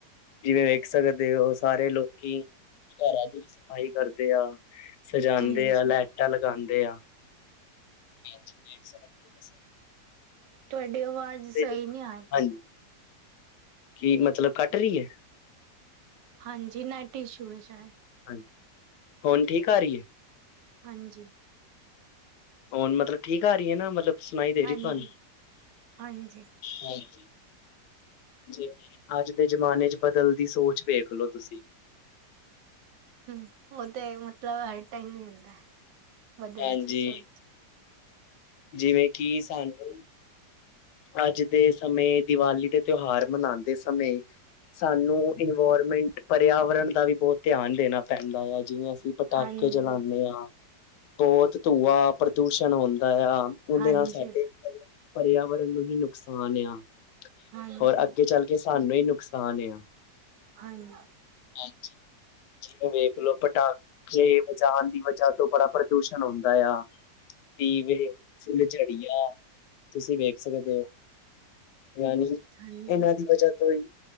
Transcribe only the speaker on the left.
ਜਿਵੇਂ ਵੇਖ ਸਕਦੇ ਹੋ ਸਾਰੇ ਲੋਕ। ਕਿ ਘਰਾਂ ਦੀ ਸਫ਼ਾਈ ਕਰਦੇ ਆ, 'ਸਜਾਉਂਦੇ
ਆ, ਲਾਈਟਾਂ ਲਗਾਉਂਦੇ ਆ। ਜੀ ਵੀਕ ਸ ਦਿੇ। <unintelligible>
ਜ਼ਮਾਨੇ
ਹਾਂਜੀ ਕੀ ਮਤਲਬ ਕੱਟ ਰਹੀ ਹੈ।
ਹਾਂਜੀ'ਹੁਣ ਠੀਕ ਆ ਰਹੀ ਹੈ।
ਹੁਣ ਮਤਲਬ ਠੀਕ ਆ ਰਹੀ ਹੈ ਨਾ ਮਤਲਬ ਸੁਣਾਈ ਦੇ
ਰਹੀ ਤੁਹਾਨੂੰ,
ਹਾਂਜੀ। ਜਿਵੇਂ ਅੱਜ ਦੇ ਜਮਾਨੇ ਚ ਬਦਲ ਦੀ ਸੋਚ ਵੇਖਲੋ ਤੁਸੀਂ।
ਹਾਂਜੀ
ਜਿਵੇਂ ਕਿ ਸਾਨੂੰ ਅੱਜ ਦੇ ਸਮੇ ਦੀਵਾਲੀ ਦੇ ਤਿਉਹਾਰ ਮਨਾਉਂਦੇ ਸਮੇਂ? ਸਾਨੂੰ ਇਨਵਾਇਰਮੈਂਟ ਪਰਿਆਵਰਨ ਦਾ ਵੀ ਬਹੁਤ? ਧਿਆਨ ਦੇਣਾ ਪੈਂਦਾ ਆ ਜਿਵੇਂ ਅਸੀਂ ਪਟਾਕੇ
ਜਲਾਉਂਦੇ ਹਾਂ। ਬਹੁਤ ਧੂੰਆ ਪ੍ਰਦੂਸ਼ਣ ਹੁੰਦਾ ਆ ਉਹਦੇ
ਨਾਲ ਸਾਡੇ ਪਰਿਆਵਰਨ? ਨੂੰ ਹੀ ਨੁਕਸਾਨ ਆ
ਹੋਰ ਅੱਗੇ ਚੱਲ ਕੇ ਸਾਨੂੰ ਹੀ ਨੁਕਸਾਨ ਆ।
ਹਾਂਜੀ ਜਿਵੇਂ ਵੇਖਲੋ ਪਟਾਖ? ਜ ਵਜਾਨ ਦੀ ਵਜ੍ਹਾ ਤੋਂ ਬੜਾ ਪ੍ਰਦੂਸ਼ਣ ਹੁੰਦਾ ਆ। ਦੀਵੇ ਫੁੱਲਝੜੀਆ ਤੁਸੀਂ ਵੇਖ? ਸਮਜਦੇ ਹੋ ਯਾਨੀ ਇਹਨਾਂ
ਦੀ? ਵਜਾ ਤੋਂ ਹੀ